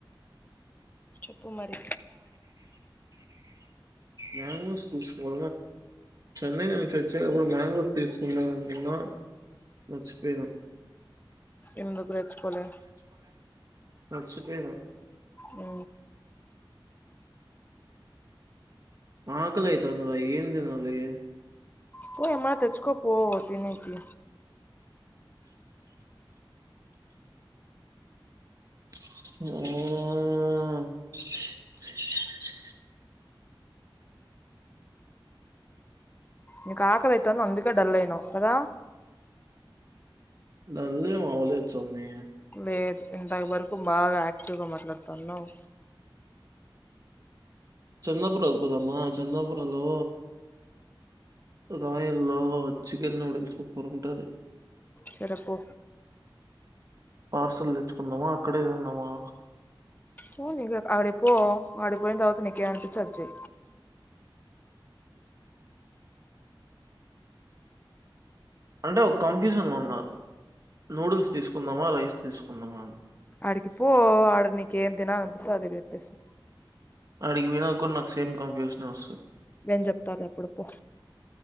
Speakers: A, on the left (about 20°); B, on the right (about 40°).
A: చప్పు మరి
B: మాంగోస్ తీస్కో చెన్నై నుంచి వచ్చే అప్పుడు కూడా మంగోస్ తీసుకుందామనుకున్న మ మర్చిపోయిన
A: ఎందుకు తెచ్చుకోలే
B: మర్చిపోయిన
A: ఊ
B: ఆకలైతాంది రా ఏన్ దినాలి
A: పో ఏమన్నా తెచ్చుకో పో తినేకి
B: ఊ
A: నిక్ ఆకలి అయితాంది అందుకే డల్ అయినావు కదా
B: డల్ ఏం అవ్వలే సమ్మీ
A: లేదు ఇంత వరకు బాగా యాక్టివ్గా మాట్లాడుతన్నావ్
B: చెందపుర కు పోదమా చెందపురాలో రాయల్లో చికెన్ నూడిల్సు సూపర్ ఉంటది
A: సరే పో
B: పార్సల్ తెచ్చుకుందామా అక్కడే తిందామా
A: పో నిక్ ఆడికి పో అడికి పోయిన తర్వాత నీకేమానిపిస్తే అది చై
B: అంటే ఒక కన్ఫ్యూజన్ లో ఉన్న నూడిల్స్ తీసుకుందామా రైస్ తీసుకుందామా అని
A: ఆడికి పో ఆడ నీకు ఏం తినాలనిపిస్తే అది చెప్పేసే
B: అడిగి పోయినా కూడా నాకు సేమ్ కన్ఫ్యూషనే వస్తది
A: నేను చెప్తా లే అప్పుడు పో